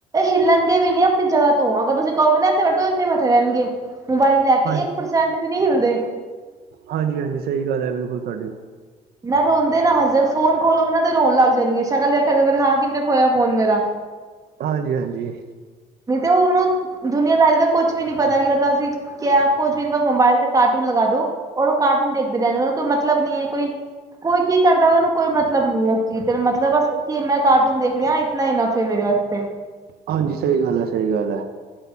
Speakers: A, on the right; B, on the right.
A: ਹਿੱਲਣਗੇ ਵੀ ਨੀ ਆਪਣੀ ਜਗ੍ਹਾ ਅਗਰ ਤੁਸੀਂ ਕਹੋਗੇ, ਨਾ ਇੱਥੇ ਬੈਠੋ ਉੱਥੇ ਬੈਠੇ ਰਹਿਣਗੇ, ਮੋਬਾਈਲ ਲੈ ਕੇ
B: ਹਾਂ
A: ਇੱਕ ਪਰਸੈਂਟ ਵੀ ਨੀ ਹਿਲਦੇ
B: ਹਾਂਜੀ-ਹਾਂਜੀ ਸਹੀ ਗੱਲ ਐ, ਬਿਲਕੁਲ ਤੁਹਾਡੀ
A: ਨਾ ਰੋਂਦੇ ਨਾ ਹਸਦੇ, ਫੋਨ ਖੋਲੋਗੇ ਨਾ ਤੇ ਰੋਣ ਲੱਗ ਜਾਣਗੇ, ਸ਼ਕਲ ਦੇਖ ਹਾਂ ਕਿੰਨੇ ਖੋਇਆ ਫੋਨ ਮੇਰਾ।
B: ਹਾਂਜੀ-ਹਾਂਜੀ।
A: ਨਹੀਂ ਤੇ, ਉਹਨੂੰ ਦੁਨੀਆਂਦਾਰੀ ਦਾ ਕੁਛ ਵੀ ਨਹੀਂ ਪਤਾ, ਕਿ ਮਤਲਬ ਅਸੀਂ ਕਿਆ ਆਪ ਕੁਝ ਬੀ ਬਸ ਮੋਬਾਈਲ ਤੇ ਕਾਰਟੂਨ ਲਗਾ ਦੋ, ਉਹ ਕਾਰਟੂਨ ਦੇਖਦੇ ਰਹਿੰਦੇ, ਕੋਈ ਮਤਲਬ ਨਹੀਂ ਹੈ ਕੋਈ ਕੋਈ ਕੀ ਕਰਦਾ ਵਾ, ਉਹਨੂੰ ਕੋਈ ਮਤਲਬ ਨੀ ਐ, ਉਸ ਚੀਜ਼ ਤੇ, ਮਤਲਬ ਕੀ ਮੈਂ ਕਾਰਟੂਨ ਦੇਖ ਰਿਹਾਂ, ਇਤਨਾ ਹੀ ਈਨਫ ਹੈ, ਮੇਰੇ ਵਾਸਤੇ
B: ਹਾਂਜੀ, ਸਹੀ ਗੱਲ ਐ, ਸਹੀ ਗੱਲ ਐ।